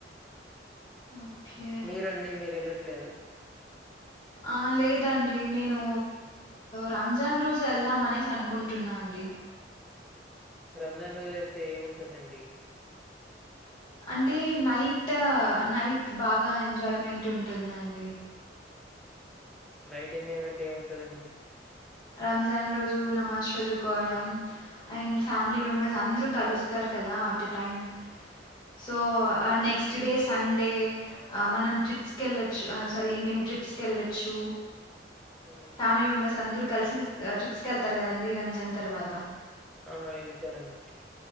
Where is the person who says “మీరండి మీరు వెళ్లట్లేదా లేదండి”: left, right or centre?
Centre